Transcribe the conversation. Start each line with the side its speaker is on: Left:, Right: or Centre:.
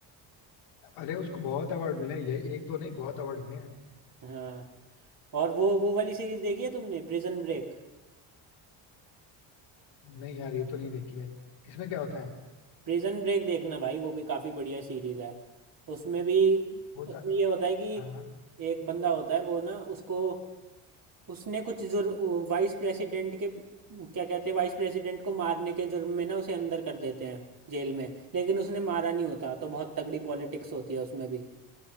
Left: अरे उसको बहुत अवार्ड मिले हैं, यही एक दो नहीं बहुत अवार्ड मिले हैं
Right: हाँ और वो वो वाली सीरीज देखी है तुमने प्रिजन ब्रेक
Left: नहीं यार ये तो नहीं देखी है इसमें क्या होता है
Right: प्रिजन ब्रेक देखना भाई वो भी काफी बढ़िया सीरीज है उसमें भी
Left: होता
Right: उसमें ये होता है कि
Left: हाँ हाँ,
Right: एक बंदा होता है वो ना उसको उसने कुछ जुर्म वाइस प्रेसिडेंट के क्या कहते हैं वाइस प्रेसिडेंट को मारने के जुर्म में ना उसे अंदर कर देते हैं जेल में लेकिन उसने मारा नहीं होता तो बहुत तगड़ी पॉलिटिक्स होती है उसमें भी